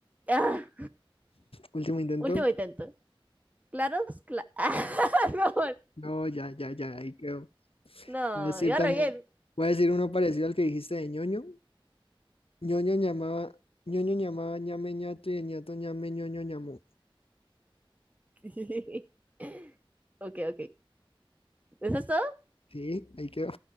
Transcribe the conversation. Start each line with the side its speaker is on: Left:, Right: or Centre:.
Right: Ah,
Left: Último intento.
Right: último intento. Claros, cla- <laughs> Ah, no,
Left: No, ya, ya, ya, ahí quedó.
Right: no,
Left: Voy a decir
Right: iba
Left: también,
Right: re bien.
Left: voy a decir uno parecido al que dijiste de ñoño. ñoño llamaba, ñoño llamaba ñame ñato y el ñato ñame ñoño ñamó.
Right: <laughs> Ok, ok. ¿Eso es todo?
Left: Sí, ahí quedó.